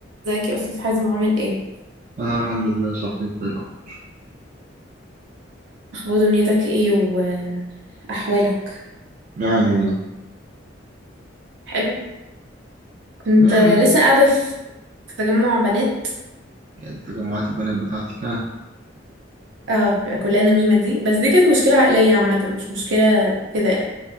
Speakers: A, on the right (about 85°); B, on the right (about 40°).
A: ازيك يا استاذ حازم عامل ايه
B: انا الحمد لله يا صاحبي انت إيه الاخبار
A: اخبار دنيتك ايه واحوالك
B: يعني والله
A: حلو كنت
B: يعني
A: لسه قاعده في في تجمع بنات
B: يعني تجمعات البنات بتاعتي كان
A: اه بيبقى كلها نميمه دي بس دي كانت مشكله عائليه عامه مش مشكله كده يعني